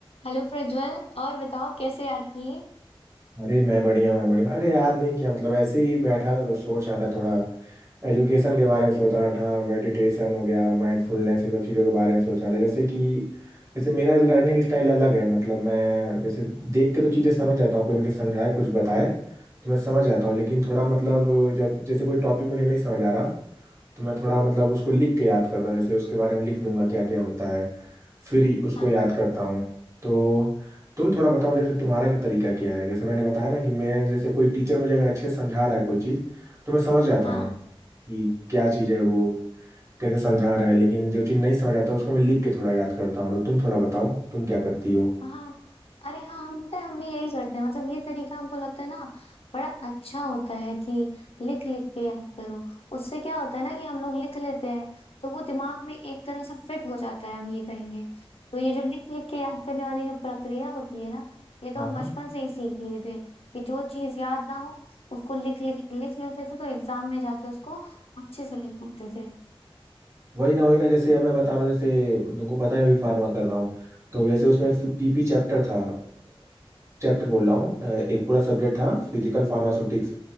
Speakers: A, on the left; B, on the right.
A: Hello Prajwal और बताओ कैसे याद किए
B: अरे मैं बढ़िया हूँ मैं बढ़िया हूँ अरे याद नहीं किया मतलब ऐसे ही बैठा था तो सोच रहा था थोड़ा एजुकेशन के बारे में सोच रहा था मेडिटेशन हो गया माइंडफुलनेस ये सब चीज़ों के बारे में सोच रहा था जैसे कि जैसे मेरा लर्निंग स्टाइल अलग है मतलब मैं जैसे देख के तो चीज़ें समझ जाता हूँ कोई मुझे समझाए कुछ बताए तो मैं समझ जाता हूँ लेकिन थोड़ा मतलब जब जैसे कोई टॉपिक मुझे नहीं समझ आ रहा तो मैं थोड़ा मतलब उसको लिख के याद करता हूँ जैसे उसके बारे में लिख लूंगा क्या क्या होता है फिर ही उसको
A: हाँ
B: याद
A: हाँ
B: करता हूँ तो तुम थोड़ा बताओ जैसे तुम्हारा क्या तरीका क्या है जैसे मैंने बताया ना कि मैं जैसे कोई टीचर मुझे अगर अच्छे से समझा रहा है कोई चीज़ तो मैं समझ जाता
A: हाँ
B: हूँ कि क्या चीज़ है वो कैसे समझा रहा है लेकिन जो चीज़ नहीं समझ आता उसको मैं लिख के थोड़ा याद करता हूँ तो तुम थोड़ा बताओ तुम क्या करती हो
A: हाँ अरे हाँ हम पता है हम भी यही करते हैं मतलब ये तरीका हमको लगता है ना बड़ा अच्छा होता है कि लिख लिख के याद करो उससे क्या होता है ना कि हम लोग लिख लेते हैं तो वो दिमाग में एक तरह से फिट हो जाता है हम ये कहेंगे तो ये जो लिख लिख के याद करने वाली जो प्रक्रिया होती है ना ये तो
B: हाँ
A: हम बचपन से ही सीख लिए थे कि जो चीज याद ना हो उसको लिख लिख लिख लेते थे तो एग्जाम में जाके उसको अच्छे से लिख पाते थे
B: वही ना वही ना जैसे अब मैं बता रहा हूँ जैसे तुमको पता है मैं भी फार्मा कर रहा हूँ तो जैसे उसमें पीपी चैप्टर था चैप्टर बोल रहा हूँ अ, एक पूरा सब्जेक्ट था फिजिकल फार्मास्यूटिक्स